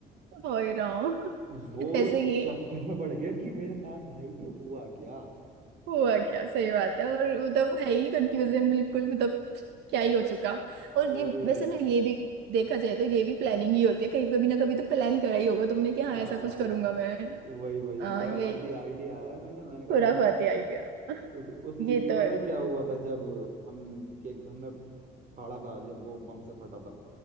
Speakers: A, on the right; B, on the right.
A: हो ही रहा हूँ <laughs>
B: वो
A: ऐसे ही
B: चक्कर में पड़ गया कि मेरे साथ भाई ये हुआ क्या
A: हुआ क्या सही बात है और मतलब है ही कंफ्यूजन बिल्कुल मतलब क्या ही हो चुका और ये
B: वही
A: वैसे ना ये भी देखा जाए तो ये भी प्लानिंग ही होती है कहीं कभी ना कभी तो प्लान करा ही होगा तुमने कि
B: हाँ
A: हाँ ऐसा कुछ करूंगा मैं
B: वही वही
A: आ,
B: खुरापाती
A: ये
B: आइडिया आया मैंने मैंने कहा
A: खुराफाती
B: देखा जाएगा
A: आइडिया <laughs>
B: उस, उस चीज
A: ये
B: से
A: तो
B: पता
A: है
B: है क्या हुआ था जब हम केक हमने फाड़ा था जब वो बम से फटा था